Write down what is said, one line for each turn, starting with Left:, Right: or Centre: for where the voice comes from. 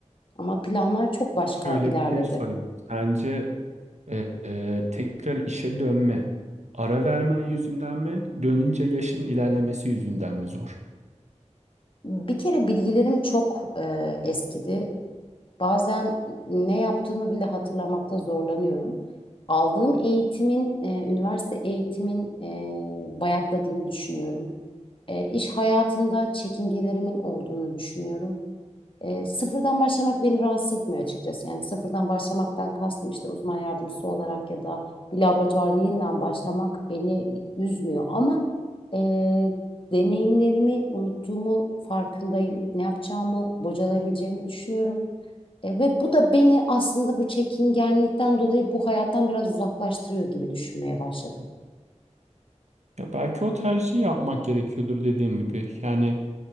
Left: Ama planlar çok başka
Right: Şöyle
Left: ilerledi.
Right: bir şey sorayım. Sence Ee, e, tekrar işe dönme, ara vermen yüzünden mi, dönünce yaşın ilerlemesi yüzünden mi zor?
Left: Bir kere bilgilerim çok e, eskidi. Bazen ne yaptığımı bile hatırlamakta zorlanıyorum. Aldığım eğitimin, e, üniversite eğitimin e, bayatladığını düşünüyorum. E, iş hayatında çekingelerimin olduğunu düşünüyorum. E, sıfırdan başlamak beni rahatsız etmiyor açıkçası. Yani sıfırdan başlamaktan kastım işte uzman yardımcısı olarak ya da bir laboratuvarda yeniden başlamak beni üzmüyor. Ama e, deneyimlerimi unuttuğumu farkındayım. Ne yapacağımı, bocalayabileceğimi düşünüyorum. E, ve bu da beni aslında bu çekingenlikten dolayı bu hayattan biraz uzaklaştırıyor gibi düşünmeye başladım.
Right: Ya belki o tercihi yapmak gerekiyordur dediğim gibi. Yani